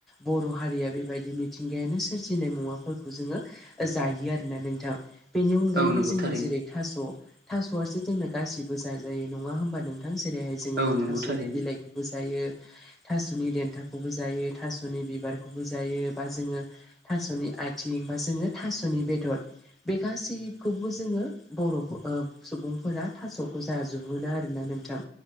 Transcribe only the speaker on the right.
औ नंगौ
थारैनो
औ नंगौ
थारैनो